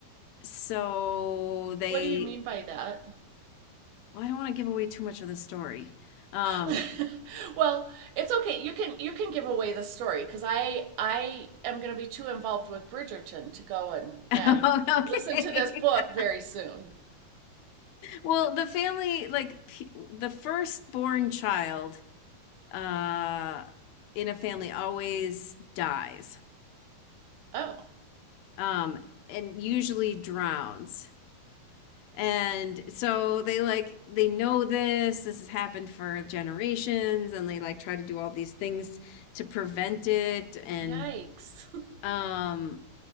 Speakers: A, on the left; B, on the right.
A: so they,
B: What do you mean by that?
A: well, I don't want to give away too much of the story. Um,
B: <laughs> well, it's okay. You can you can give away the story because I I am going to be too involved with Bridgerton to go and
A: <laughs>
B: and
A: oh, okay.
B: listen to this book
A: <laughs>
B: very soon.
A: Well, the family, like p- the firstborn child uh, in a family always dies
B: Oh,
A: um, and usually drowns. And so they like they know this. This has happened for generations, and they like try to do all these things to prevent it. And
B: yikes.
A: um,